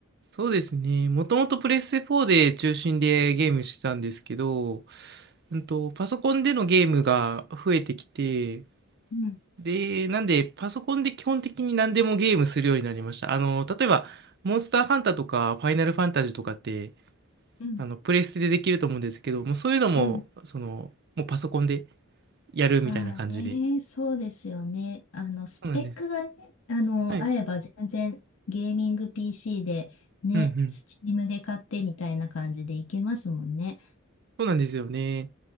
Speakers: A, on the right; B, on the left.
A: そうですね。もともとプレステ4で中心でゲームしてたんですけど、うんと、パソコンでのゲームが増えてきて、
B: うん、
A: で、なんで、パソコンで基本的に何でもゲームするようになりました。あの、例えば、モンスターハンターとか、ファイナルファンタジーとかって、
B: うん、
A: あの、プレステでできると思うんですけど、もうそういうのも、
B: うん。
A: その、もうパソコンでやるみたいな感じで。
B: ああね、そうですよね。あの、スペックがね、
A: そうなんです。
B: あの、
A: はい。
B: 合えば全然ゲーミング PC でね、
A: うんうん。
B: スチームで買ってみたいな感じでいけますもんね。
A: そうなんですよね。